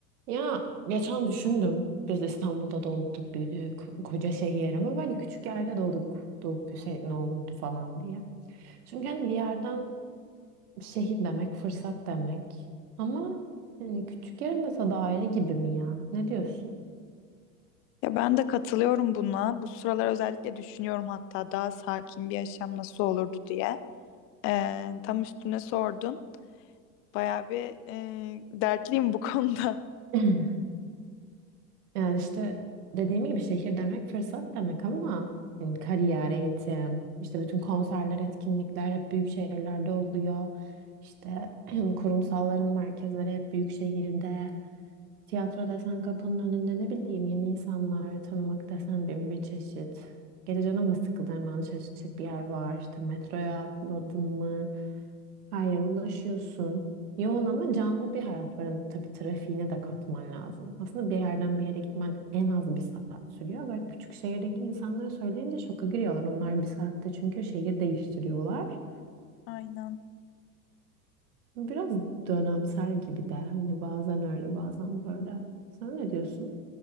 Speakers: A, on the right; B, on the left.
A: Ya geçen düşündüm. Biz İstanbul'da doğduk, büyüdük. Koca şehir ama böyle küçük yerde doğduk. Doğup büyüsek ne olurdu falan diye. Çünkü hani bir yerden şehir demek, fırsat demek. Ama hani küçük yerin de tadı ayrı gibi mi ya? Ne diyorsun?
B: Ya ben de katılıyorum buna. Bu sıralar özellikle düşünüyorum hatta daha sakin bir yaşam nasıl olurdu diye. Ee, tam üstüne sordun. Bayağı bir e, dertliyim bu <laughs> konuda.
A: <laughs> <clears throat> Yani işte dediğim gibi şehir demek fırsat demek ama yani kariyer, eğitim, işte bütün konserler, etkinlikler hep büyük şehirlerde oluyor. İşte <clears throat> kurumsalların merkezleri hep büyük şehirde. Tiyatro desen kapının önünde ne bileyim yeni insanlar tanımak desen bin bir çeşit. Gece canın mı sıkıldı hemen dışarı çıkacak bir yer var. İşte metroya atladın mı? Her yere ulaşıyorsun. Yoğun ama canlı bir hayat var. Yani tabii trafiğini de katman lazım. Aslında bir yerden bir yere gitmen en az bir saat sürüyor. Böyle küçük şehirdeki insanlar söyleyince şoka giriyorlar. Onlar bir saatte çünkü şehir değiştiriyorlar.
B: Aynen.
A: Biraz dönemsel gibi de. Hani bazen öyle bazen böyle. Sen ne diyorsun?